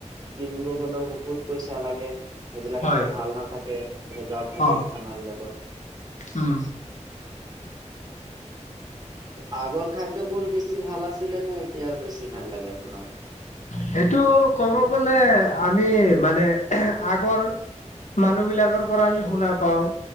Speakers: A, on the right; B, on the left.
A: কিনিব গলেও বহুত পইচা লাগে সেইবিলাক
B: হয়
A: আকৌ ভাল নাথাকে ভেজাল থাকে
B: অ
A: খানা বিলাকত
B: উম
A: আগৰ খাদ্যবোৰ বেছি ভাল আছিলে নে এতিয়াৰ বেছি ভাল লাগে আপোনাৰ?
B: সেটো ক'ব গলে আমি মানে আগৰ মানুহ বিলাকৰ পৰা আমি শুনা পাওঁ।